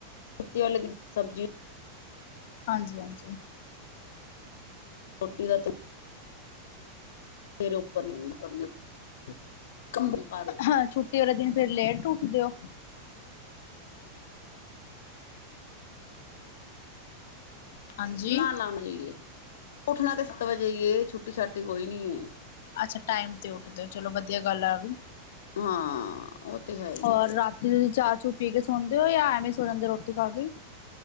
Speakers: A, on the left; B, on the left.
A: ਛੁੱਟੀ ਵਾਲੇ ਦਿਨ ਸਬਜ਼ੀਆਂ
B: ਹਾਂਜੀ-ਹਾਂਜੀ।
A: ਰੋਟੀ ਦਾ ਤਾਂ <unintelligible> ਕੰਮੇ ਘਰ
B: ਹਾਂ, ਛੁੱਟੀ ਵਾਲੇ ਦਿਨ ਫੇਰ ਲੇਟ ਉੱਠਦੇ ਹੋ? ਹਾਂਜੀ
A: ਨਾ-ਨਾ, <unintelligible> ਉੱਠਣਾ ਤੇ ਸੱਤ ਵਜੇ ਈ ਏ ਛੁੱਟੀ ਛਾੱਟੀ ਕੋਈ ਨੀ ਏ।
B: ਅੱਛਾ ਟਾਈਮ ਤੇ ਉੱਠਦੇ ਹੋ, ਚਲੋ ਵਧੀਆ ਗੱਲ ਆ ਵੀ।
A: ਹਾਂ ਉਹ ਤੇ ਹੈ ਹੀ
B: ਹੋਰ
A: ਹੈ ਫਿਰ
B: ਰਾਤੀ ਤੁਸੀਂ ਚਾਹ ਚੁ ਪੀ ਕੇ ਸੌਦੇ ਹੋ ਜਾਂ ਐਵੇਂ ਸੋ ਜਾਂਦੇ ਰੋਟੀ ਖਾ ਕੇ ਈ?